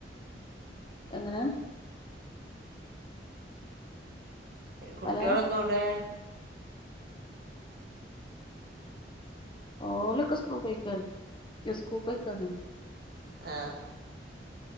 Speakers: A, on the left; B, on the right.
A: എങ്ങനെ?
B: കുട്ടികളൊക്കെ
A: ഹലോ
B: എവ്ടെ?
A: ഓലൊക്കെ ഉസ്കൂള് പൊയ്ക്കാണ്.
B: ആഹ്